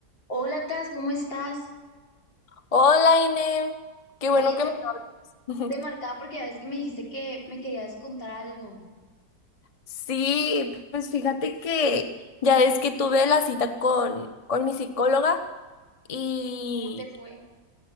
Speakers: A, on the left (about 85°); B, on the left (about 30°).
A: Hola, Cas, ¿cómo estás?
B: Hola, Ine. Qué bueno
A: Oye,
B: que
A: te,
B: me hablas.
A: te marcaba
B: <laughs>
A: porque a veces que me dijiste que me querías contar algo.
B: Sí, pues fíjate que ya es que tuve la cita con, con mi psicóloga y
A: ¿Cómo te fue?